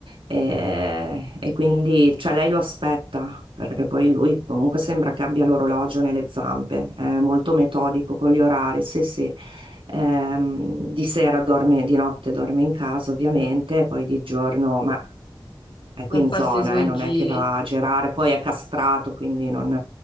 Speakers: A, on the right; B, on the left.
A: eh, e, quindi cioè lei lo aspetta, perché poi lui comunque sembra che abbia l'orologio nelle zampe, è molto metodico con gli orari, sì sì. Ehm, di sera dorme, di notte dorme in casa ovviamente, poi di giorno, ma è qui
B: Va a
A: in zona,
B: farsi i suoi
A: eh, non
B: giri.
A: è che va a girare, poi è castrato, quindi non